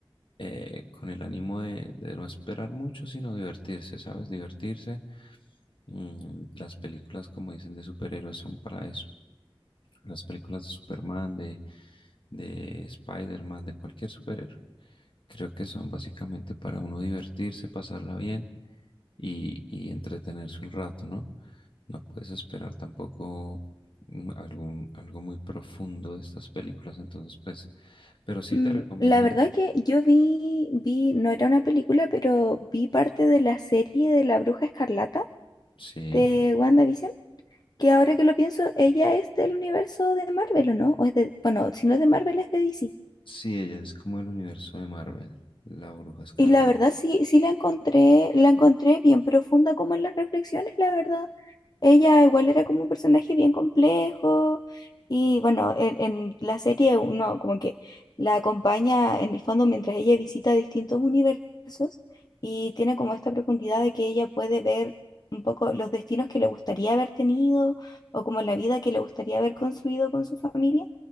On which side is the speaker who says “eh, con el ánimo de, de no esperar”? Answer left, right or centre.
Left